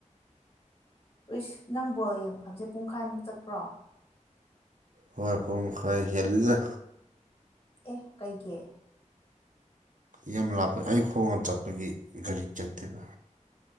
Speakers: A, on the left; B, on the right.
A: ꯎꯏꯁ ꯅꯪ ꯕꯣꯜ ꯌꯦꯡꯐꯝꯁꯦ ꯄꯨꯡꯈꯥꯏꯃꯨꯛ ꯆꯠꯄ꯭ꯔꯣ
B: ꯍꯣꯏ ꯄꯨꯡ ꯃꯈ ꯃꯈꯔ ꯍꯦꯜꯂꯦꯗ
A: ꯑꯦ ꯀꯩꯒꯤ
B: ꯌꯥꯝ ꯂꯥꯞꯄ ꯑꯩ ꯍꯣꯡꯅ ꯆꯠꯄꯒꯤ ꯒꯥꯔꯤ ꯆꯠꯇꯦꯕ